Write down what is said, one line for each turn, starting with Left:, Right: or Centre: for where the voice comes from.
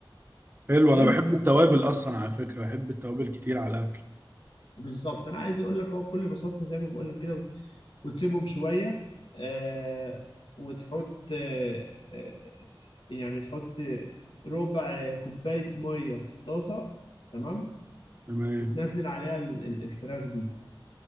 Right: حلو
Left: حلو
Right: انا بحب التوابل اصلا على فكرة بحب التوابل كتير على الاكل
Left: بالظبط انا عايز اقول لك هو بكل بساطه زي ما بقول لك كده وت- وتسيبهم شويه آه وتحط آه آه، يعني تحط ربع كوبايه ميه في الطاسه تمام
Right: تمام
Left: وتنزل عليها ال- ال- الفراخ دي